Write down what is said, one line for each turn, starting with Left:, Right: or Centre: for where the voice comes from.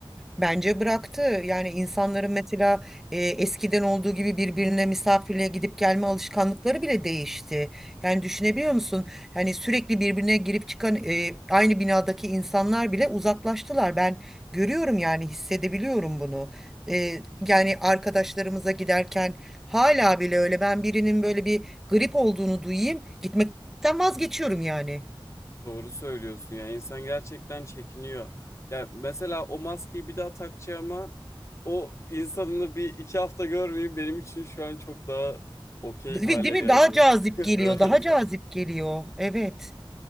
Centre: Bence bıraktı. Yani insanların mesela e, eskiden olduğu gibi birbirine misafirliğe gidip gelme alışkanlıkları bile değişti. Yani düşünebiliyor musun? Yani sürekli birbirine girip çıkan e, aynı binadaki insanlar bile uzaklaştılar. Ben görüyorum yani hissedebiliyorum bunu. E, yani arkadaşlarımıza giderken hala bile öyle ben birinin böyle bir grip olduğunu duyayım gitmekten vazgeçiyorum yani.
Left: Doğru söylüyorsun ya insan gerçekten çekiniyor. Ya mesela o maskeyi bir daha takacağıma o insanını bir iki hafta görmeyeyim benim için şu an çok daha okey
Centre: Değil
Left: hale
Centre: değil mi?
Left: geldi.
Centre: Daha cazip
Left: <laughs> Evet.
Centre: geliyor, daha cazip geliyor. Evet.